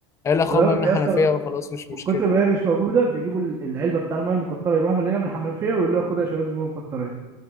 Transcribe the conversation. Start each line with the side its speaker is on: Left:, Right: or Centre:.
Left: قال اخويا
Right: تمام
Left: بقى من
Right: يا
Left: الحنفيه
Right: اسطى
Left: وخلاص مش مشكله
Right: من كتر ما هي مش موجوده بيجيبوا ال- العلبه بتاع المايه المقطره يروحوا مليانه من الحنفيه ويقولوا لها خد يا شباب دي ميه مقطره